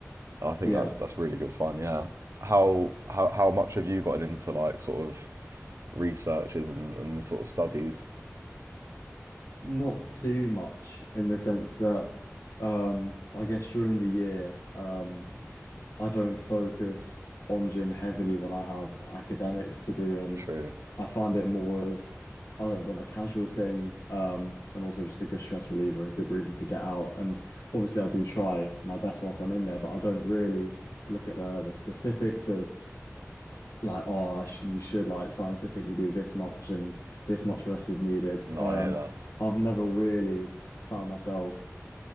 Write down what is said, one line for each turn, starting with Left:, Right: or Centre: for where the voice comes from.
Right: And I think
Left: yeah.
Right: that's that's really good fun. Yeah. How how how much have you gotten into like sort of researches and, and sort of studies?
Left: Not too much in the sense that um, I guess during the year, um, I don't focus on gym heavily when I have academics to do, and
Right: True.
Left: I find it more as I want a casual thing, um, and also just a good stress reliever, a good reason to get out. And obviously, I do try my best whilst I'm in there, but I don't really look at the the specifics of like, oh, I sh you should like scientifically do this much and this much rest is needed.
Right: No,
Left: Um,
Right: I hear that.
Left: I've never really found myself